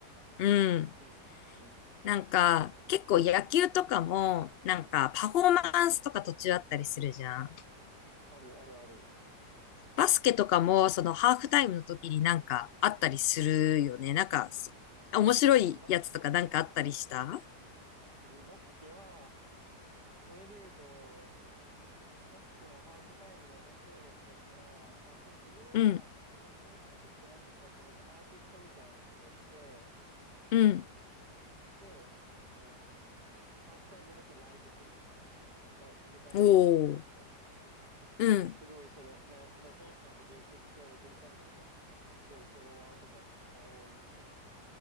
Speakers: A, on the left; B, on the right.
A: うん。
B: うん、うん、
A: なんか、結構野球とかも、
B: うん、
A: なんかパフォーマンスとか途中あったりするじゃん。
B: うん。ある、ある、ある。
A: バスケとかも、そのハーフタイムの時になんかあったりするよね。
B: うん
A: なんか、そ面白いやつとかなんかあったりした
B: うんバス、うんバスケは、それで言うと、バスケのハーフタイムで面白いやつだったら、まあちょっと自分は、
A: うん、
B: あんまりその人のこと知らなかったんだけど、なんかアーティストみたいな人が来て、
A: うん。
B: で、その、ハーフタイムだけライブするみたいな。歌、歌披露して、
A: おー。
B: みたいな。
A: うん。
B: でもすごいそれ、ね、ね、その人のことよくよく調べてみたらなんか、すごいフォロワーとかめっちゃ多いみたいな。